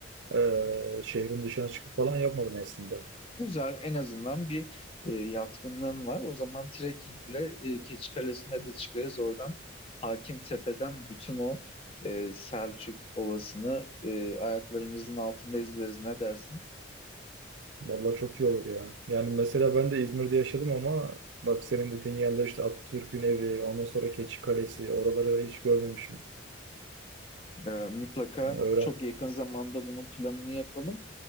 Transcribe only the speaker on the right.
Ee, şehrin dışına çıkıp falan yapmadım aslında.
Vallahi çok iyi olur ya. Yani mesela ben de İzmir'de yaşadım ama bak senin dediğin yerler işte Atatürk'ün evi, ondan sonra Keçi Kalesi, oraları hiç görmemişim.
Yani öğren.